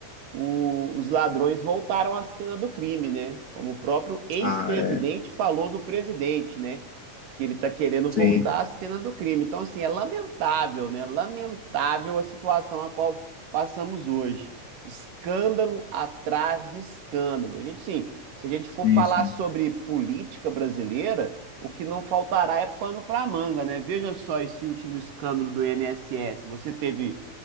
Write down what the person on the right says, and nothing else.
o- os ladrões voltaram à cena do crime, né? Como o próprio ex-presidente
falou do presidente, né? Que ele tá querendo voltar
à cena do crime. Então, assim, é lamentável, né? Lamentável a situação a qual passamos hoje. Escândalo atrás de escândalo. A gente, sim, se a gente for
falar
sobre política brasileira, o que não faltará é pano para manga, né? Veja só esse último escândalo do INSS. Você teve,